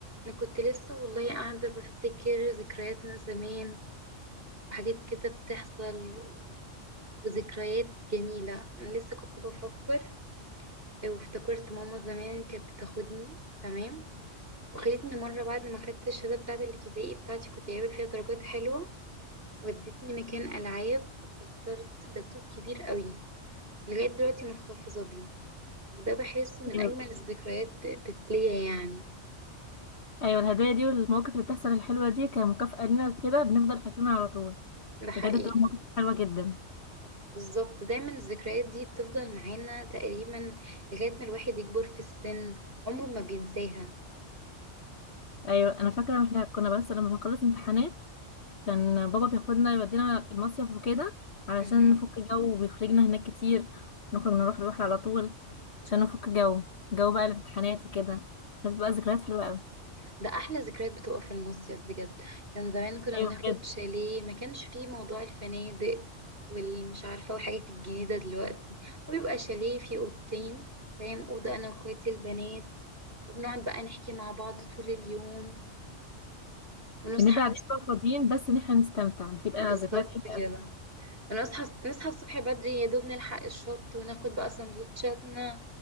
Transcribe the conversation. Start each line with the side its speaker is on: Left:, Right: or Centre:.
Right: انا كنت لسه والله قاعدة بفتكر ذكرياتنا زمان وحاجات كده بتحصل و- وذكريات جميلة انا لسه كنت بفكر وافتكرت ماما زمان كانت بتاخدني تمام وخدتني مرة بعد ما خدت الشهادة بتاعة الابتدائي بتاعتي كنت جايبة فيها درجات حلوة ودتني مكان ألعاب واخترت دبدوب كبير قوي لغاية دلوقتي محتفظة بيه وده بحسه من
Left: ايوه
Right: أجمل الذكريات بت- ليا يعني
Left: أيوة، الهدايا دي والمواقف اللي بتحصل الحلوه دي كمكافاه لنا وكده بنفضل فاكرينها على طول
Right: ده حقيقي
Left: بجد بتبقى مواقف حلوه جدا
Right: بالظبط دايما الذكريات دي بتفضل معانا تقريبا لغاية ما الواحد يكبر في السن عمره ما بينساها
Left: ايوه انا فاكره احنا كنا بس لما بنخلص امتحانات كان بابا بياخدنا يودينا المصيف وكده علشان
Right: مهم.
Left: نفك جو وبيخرجنا هناك كتير نخرج نروح البحر على طول عشان نفك جو جو بقى الامتحانات وكده كانت بقى ذكريات حلوه قوي
Right: ده أحلى ذكريات بتبقى في المصيف بجد كان زمان كنا
Left: ايوه
Right: بناخد
Left: بجد
Right: شاليه ما كانش فيه موضوع الفنادق والمش عارفة والحاجات الجديدة دلوقتي وبيبقى شاليه فيه أوضتين فاهم أوضة أنا وأخواتي البنات وبنقعد بقى نحكي مع بعض طول اليوم ونصحى
Left: بنبقى قاعدين
Right: نص-
Left: بقى فاضيين بس ان احنا نستمتع بتبقى
Right: بالظبط
Left: ذكريات حلوه
Right: كده
Left: قوي
Right: بنصحى نصحى الصبح بدري يا دوب نلحق الشط وناخد بقى سندوتشاتنا